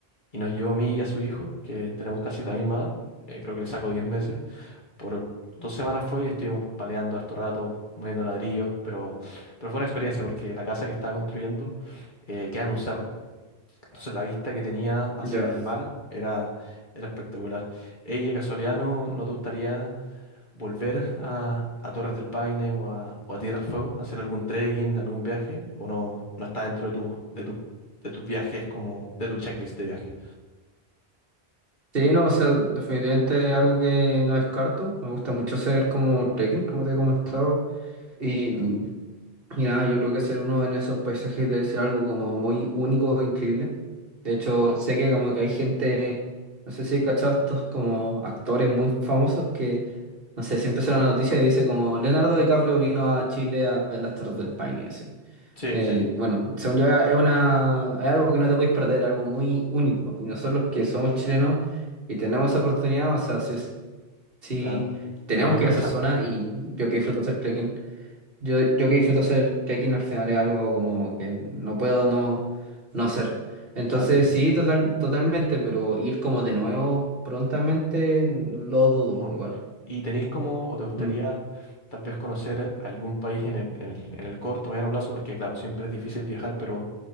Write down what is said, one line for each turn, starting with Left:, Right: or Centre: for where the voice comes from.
Left: y nos llevó a mí y a su hijo, que tenemos casi la misma edad, eh, creo que le saco 10 meses. Por dos semanas fue y estuvimos paleando harto rato, moviendo ladrillos, pero, pero fue una experiencia porque la casa que estaba construyendo eh, queda en un cerro. Entonces la vista que tenía hacia
Right: Ya.
Left: el mar era, era espectacular. Ey, de casualidad, ¿no, no te gustaría volver a, a Torres del Paine o a, o a Tierra del Fuego, hacer algún trekking, algún viaje, o no, no está dentro de tus de tus de tus viajes como de tu checklist de viaje.
Right: Sí, no, o sea, definitivamente es algo que no descarto. Me gusta mucho hacer como trekking, como te he comentado. Y mm, Mira, yo creo que ser uno en esos paisajes debe ser algo como muy único e increíble. De hecho, sé que como que hay gente, no sé si he cachado estos como actores muy famosos que, no sé, siempre sale una noticia y dice como Leonardo DiCaprio vino a Chile a ver las Torres del Paine y así.
Left: Sí,
Right: Eh,
Left: sí,
Right: bueno, según yo es una, es algo que no te podéis perder, algo muy único. Y nosotros que somos chilenos y tenemos esa oportunidad, o sea, sí, sí
Left: claro.
Right: tenemos
Left: Debería aprovecharlo,
Right: que ir a esa zona y yo que disfruto hacer trekking. Yo, yo que disfruto hacer trekking al final es algo como que no puedo no, no hacer. Entonces
Left: claro.
Right: sí, total, totalmente, pero ir como de nuevo prontamente lo dudo
Left: No.
Right: igual.
Left: ¿Y tenéis como, o te gustaría
Right: Mm.
Left: tal vez conocer algún país en el, en el, en el corto, mediano plazo? Porque claro, siempre es difícil viajar, pero